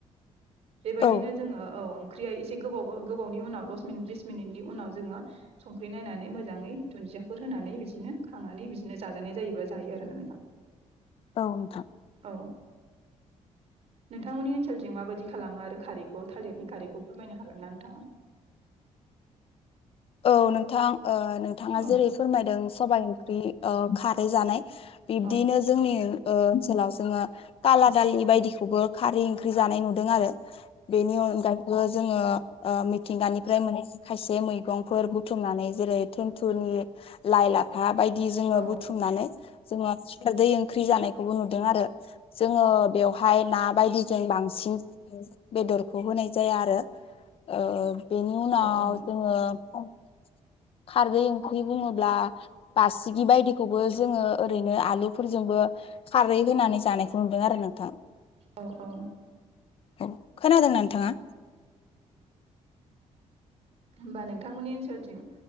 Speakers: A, on the right; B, on the left.
A: बेबायदिनो
B: औ
A: जोङो औ ख्रिया एसे गोबाव ओ गोबावनि उनाव दस मिनिट बिस मिनिटनि उनाव जोङो संख्रि नायनानै मोजाङै दुुनजियाफोर होनानै बिदिनो खांनानै बिदिनो जाजानाय जायोब्ला जायो आरोना नोंथां।
B: औ नोंथां।
A: औ
B: <inaudible>
A: नोंथांमोननि ओनसोलथिं माबायदि खालामो आरो खारैखौ थालिरनि खारैखौ फोरमायनो हागोन ना नोंथाङा?
B: <inaudible> औ नोंथां ओ नोंथाङा
A: औ
B: जेरै फोरमायदों सबाइ ओंख्रि ओ खारै जानाय बिब्दिनो
A: औ
B: जोंनि ओ ओनसोलाव जोङो काला दालि बायदिखौबो खारै ओंख्रि जानाय नुदों आरो। बेनि अनगायैबो जोङो ओ मिथिंगानिफ्राय मोननाय जे खायसे मैगं फोर बुथुमनानै जेरै थेनथुनि, लाइ, लाफा बायदि जोङो
A: औ
B: बुथुमनानै जोङो दै ओंख्रि जानायखौबो नुदों आरो। जोङो बेवहाय ना बायदिजों बांसिन बेदरखौ होनाय जाया आरो ओ बेनि उनाव
A: औ औ
B: जोङो खारदै ओंख्रि बुङोब्ला बासिगि बायदिखौबो जोङो ओरैनो आलुफोरजोंबो खारै होनानै जानायखौ नुदों आरो नोंथां।
A: औ औ।
B: औ खोनादोंना नोंथाङा?
A: होमबा नोंथांमोननि ओनसोलथिं